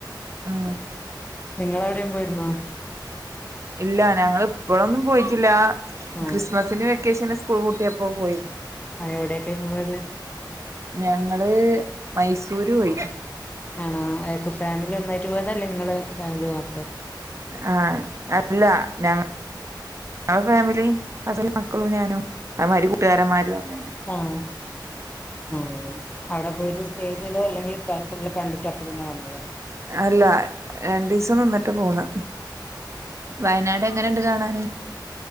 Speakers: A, on the right; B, on the left.
A: ഉം
B: നിങ്ങള എവിടെയും പോയിരുന്നോ
A: ഇല്ല ഞങ്ങ ഇപ്പോഴൊന്നും പോയിട്ടില്ല
B: ആ
A: ക്രിസ്മസിന് വെക്കേഷന് വെക്കേഷന് സ്കൂൾ പൂട്ടിയപ്പോ പോയി
B: ആ എവിടെക്കാരുന്നു പോയത്
A: ഞങ്ങള് മൈസൂര് പോയി
B: ആണോ ഫാമിലി ഒന്നായിട്ട് പോയതല്ലെ ഇങ്ങള് അതോ ഇങ്ങൾ മാത്രോ
A: ആഹ അല്ല ഞങ്ങൾ ഞങ്ങളെ ഫാമിലി അസ്ബൻറ്റും മക്കളും ഞാനും ആമാരി കൂട്ടുകാരന്മാരും അങ്ങനെ
B: ആഹ ആ അവിടെ പോയിട്ട് സ്റ്റേ ചെയ്ത അല്ലെങ്കിൽഅവിടെ ഫുള്ള് കണ്ടിട്ട് അപ്പ തന്നെ വന്നത്
A: അല്ല രണ്ടു ദിവസം നിന്നിട്ട് പോന്ന് വയനാട് എങ്ങനെണ്ട് കാണാൻ